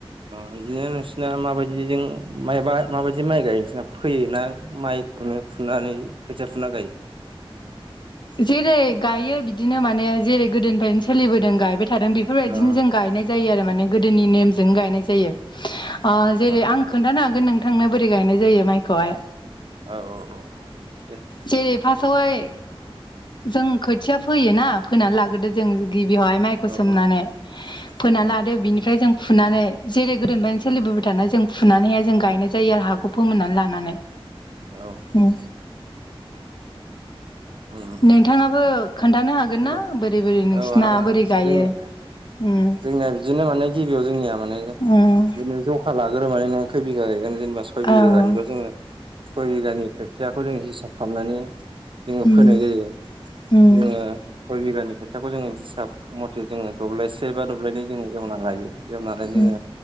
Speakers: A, on the right (about 60°); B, on the left (about 50°).
A: बिदिनो नोंसिना माबायदि जों मबा माबायदि माइ गायो नोंसोरना फैयोना माइखौनो फुनानै खोथिया फुना गायो
B: जेरै गायो बिदिनो माने जेरै गोदोनिफ्रायनो सोलिबोदों गायबाय थादों बेफोरबायदिनो
A: अ
B: जों गायनाय जायो आरो माने गोदोनि नेम जों गायनाय जायो जेरै
A: अ
B: आं खोन्थानो हागोन नोंथांनो बोरै गायनाय जायो माइखौहाय
A: औ औ औ दे
B: जेरै फार्स्टआवहाय जों खोथिया फैयोना फैनानै लागोदो जों गिबियावहाय माइखौ
A: औ
B: सोमनानै फोनानै
A: औ
B: लादो बिनिफ्राय जों फुनानै जेरै गोदोनिफ्रायनो सोलिबोबाय थानाय जों फुनानैहाय जों गायनाय जायो आरो हाखौ फोमोननानै लानानै
A: औ
B: उम
A: उम
B: नोंथाङाबो खोन्थानो हागोन ना
A: औ
B: बोरै बोरै नोंसिना
A: औ हागोन हागोन
B: बोरै गायो
A: जोंनि
B: उम
A: जोंनिया बिदिनो माने गिबियाव जोंनिया माने
B: उम
A: बिदिनो ज सा लाग्रो मान नों खय बिघा गायोनेनबा सय बिघा
B: ओं
A: गायोब जोङो सय बिगानि खोथियाखौ जों हिसाब खालामनानै जोङो
B: उम
A: फोनाय जायो
B: उम
A: <unintelligible>
B: उम
A: सय बिगानि खोथियाखौ जोङो हिसाब मथे जोङो दब्लायसे बा दब्लायनै जोङो एवनानै लायो एवनानै
B: उम
A: जोङो